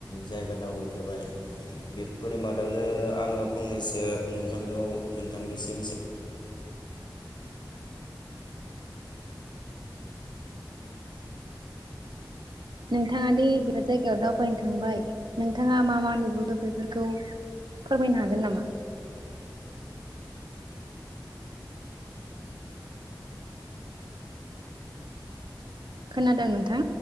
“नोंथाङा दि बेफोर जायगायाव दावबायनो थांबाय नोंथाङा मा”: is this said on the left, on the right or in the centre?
Right